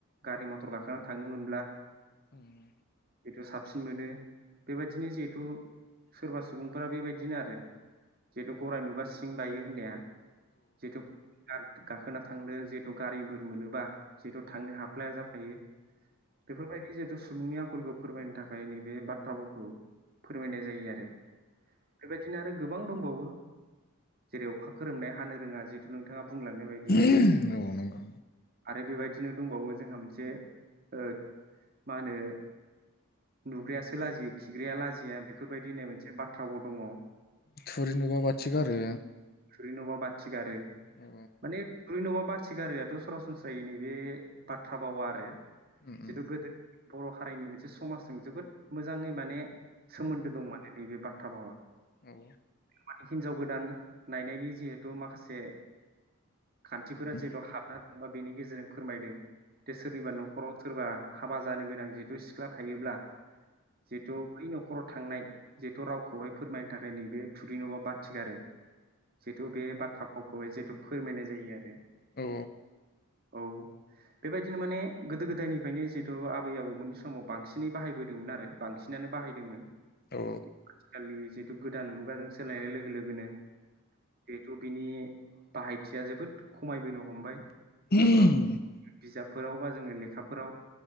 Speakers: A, on the right; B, on the left.
A: गारि म टर गाखोना थांनो मोनब्ला
B: उम
A: बेखौ साबसिन मोनो बेबायदिनो जिहेथु सोरबा सुबुंफोरा बेबायदिनो आरो जिहेतु गराय नुबा सिं बायो होननाया जिहेथु गाखोना थांनो जिहेथु गारिफोर मोनोबा जिहेथु थांनो हाफ्लाया जा हायो बेफोरबायदि जिहेतु सुबुंनि आखलखौ फोरमायनो थाखाय नैबे बाथ्रा भावखौ फोरमायनाय जायो आरो बेबादिनो आरो गोबां दंबावो जेरै अखा खोरोमनाया हानो रोङा जिहेथु नोंथाङा बुंलांनाय बायदि
B: औ नोंगौ नोंगौ
A: आरो बेबायदिनो दंबावो जोंहा मोनसे से मा होनो नुग्रायासो लाजियो खिग्राया लाजिया बेफोरबायदि होननाय मोनसे बाथ्राबो दङ
B: थुरि नुबा बाथि गारो
A: थुरि नुबा बाथि
B: औ
A: गारो
B: औ
A: माने थै नबा बाथि गारोआथ सरासनस्रायै नैबे बाथौ <inaudible> <unintelligible>
B: उम उम
A: बर हारिनि मोनसे समाजजों जोबोद मोजाङै माने सोमोन्दो दं माने नैबे बाथ <inaudible>
B: औ
A: माने हिनजाव गोदान नायनायनि जिहेथु माखासे खान्थिफोरा
B: औ औ
A: जिहेथु हाबना बा बेनि गेजेरजों फोरमायदों दो सोरनिबा नखराव सोरबा हाबा जानो गोनां जिहेथु सिख्ला थायोब्ला जितु बै नखराव थांनाय जिहेथु रावखौहाय फोरमायनो थाखाय नैबे थुुरि नुबा बाथि गारो <unintelligible> खौहाय जिहेतु फोरमायनाय जायो आरो
B: औ
A: औ बेबायदिनो माने गोदो गोदायनिफ्रायनो जिहेतु आबै आबौमोननि समाव बांसिनै बाहायबोदोंमोन आरो बांसिनानो बाहायदोंमोन।
B: औ
A: आथिखालनि जिहेथु गोदान मुगाजों सोलायनाय लोगो लोगोनो जेहुथु बिनि बाहायथिया जोबोद खमायबोनो हमबाय।
B: <unintelligible>
A: सरासनस्रा बिजाबफोराव बा जोङो लेखाफोराव